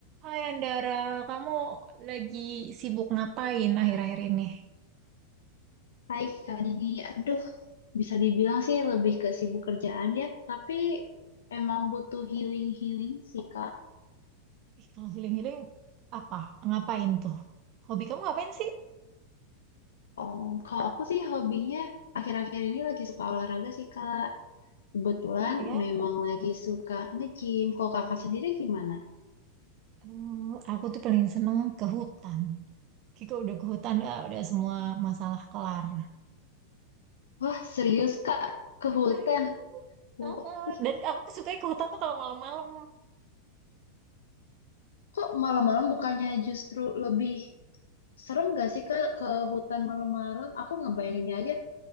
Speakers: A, on the right; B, on the left.
A: Hai Andara, kamu lagi sibuk ngapain akhir-akhir ini?
B: Hai Kak Didi, aduh bisa dibilang sih lebih ke sibuk kerjaan ya, tapi emang butuh healing-healing sih Kak.
A: Ih, kalau healing-healing apa? Ngapain tuh? Hobi kamu ngapain sih?
B: Oh, kalau aku sih hobinya akhir-akhir ini lagi suka olahraga sih Kak. Kebetulan
A: Oh ya,
B: memang lagi suka nge-gym. Kalau kakak sendiri gimana?
A: Hmm, aku tuh paling seneng ke hutan. Kayak kalau udah ke hutan, ah, udah semua masalah kelar.
B: Wah serius Kak, ke hutan.
A: Serius?
B: Wah,
A: Heeh.
B: wih,
A: Dan aku suka ke hutan tuh kalau malam-malam.
B: kok malam-malam bukannya justru lebih serem gak sih Kak ke hutan malam-malam? Aku ngebayanginnya aja,